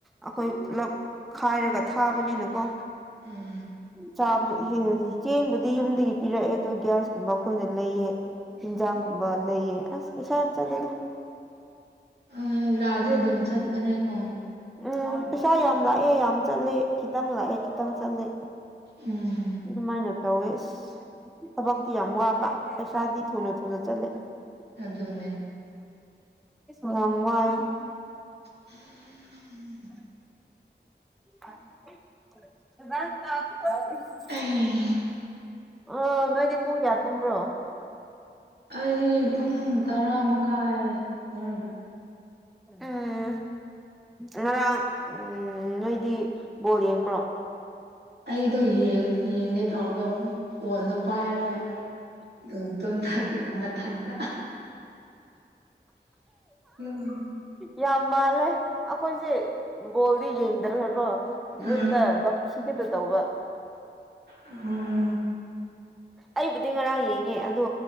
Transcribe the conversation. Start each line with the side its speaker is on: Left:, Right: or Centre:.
Centre: ꯑꯩꯈꯣꯏ ꯄꯨꯞ ꯈꯥꯏꯔꯒ ꯊꯥꯕꯅꯤꯅꯀꯣ
Right: ꯎꯝ
Centre: ꯆꯥ ꯆꯦꯡꯕꯨꯗꯤ ꯌꯨꯝꯗꯒꯤ ꯄꯤꯔꯛꯑꯦ ꯑ ꯒ꯭ꯌꯥꯁ ꯀꯨꯝꯕ ꯑꯩꯈꯣꯏꯅ ꯂꯩꯑ ꯌꯦꯟꯖꯥꯡꯒꯨꯝꯕ ꯂꯩꯑ ꯑꯁ ꯀꯁꯥꯅ ꯆꯂꯗ
Right: ꯑ ꯂꯗꯦ ꯑꯗꯨꯝ ꯆꯠꯄꯅꯦꯀꯣ
Centre: ꯎꯝ ꯄꯩꯁꯥ ꯌꯥꯝ ꯂꯥꯛꯑꯦ ꯌꯥꯝ ꯆꯠꯂꯦ ꯈꯤꯇꯪ ꯂꯥꯛꯑꯦ ꯈꯤꯇꯪ ꯆꯠꯂꯦ
Right: ꯎꯝ
Centre: ꯑꯗꯨꯃꯥꯏꯅ ꯇꯧꯋꯦ ꯑꯁ ꯊꯕꯛꯇꯤ ꯌꯥꯝ ꯋꯥꯕ ꯄꯩꯁꯥꯗꯤ ꯊꯨꯅ ꯊꯨꯅ ꯆꯠꯂꯦ
Right: ꯑꯗꯨꯅꯦ
Centre: ꯉꯃꯥꯏ
Right: <inaudible>
Centre: <unintelligible>
Right: ꯎꯝ
Centre: ꯑ ꯅꯣꯏꯗꯤ ꯄꯨꯡ ꯀꯌꯥ ꯇꯨꯝꯕ꯭ꯔꯣ
Right: ꯑꯩ ꯄꯨꯡ ꯇꯔꯥ ꯃꯈꯥꯏ ꯑꯗꯨꯋꯥꯏꯗ
Centre: ꯎꯝ ꯉꯔꯥꯡ ꯎ ꯅꯣꯏꯗꯤ ꯕꯣꯜ ꯌꯦꯡꯕ꯭ꯔꯣ
Right: ꯑꯩꯗꯣ ꯌꯦꯡꯒꯦ ꯊꯧꯔꯒ ꯐꯣꯟꯗꯣ ꯄꯥꯏꯔꯒ ꯑ ꯇꯣꯝ ꯍꯥꯏꯕ ꯃꯟꯇ ꯎꯝ
Centre: ꯌꯥꯝ ꯃꯥꯜꯂꯦ ꯑꯩꯈꯣꯏꯁꯦ ꯕꯣꯜꯗꯤ ꯌꯦꯡꯗ꯭ꯔꯒꯀꯣ ꯒ꯭ꯔꯨꯞꯇ
Right: ꯎꯝ
Centre: ꯁꯤꯒꯇ ꯇꯧꯕ
Right: ꯎꯝ
Centre: ꯑꯩꯕꯨꯗꯤ ꯉꯔꯥꯡ ꯌꯦꯡꯉꯦ ꯑꯗꯣ